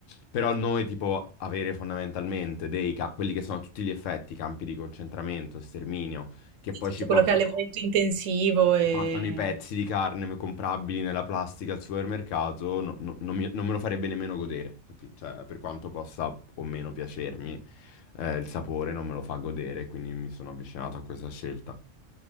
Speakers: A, on the left; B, on the right.
A: Però noi, tipo, avere fondamentalmente dei ca- quelli che sono a tutti gli effetti campi di concentramento, sterminio, che
B: Sì,
A: poi
B: sì, Tutto
A: ci
B: quello
A: portano
B: che è allevamento intensivo e
A: portano i pezzi di carne comprabili nella plastica al supermercato, no- no- non, mi- non me lo farebbe nemmeno godere, capi- cioè, per quanto possa o meno piacermi, eh, il sapore non me lo fa godere, quindi mi sono avvicinato a questa scelta.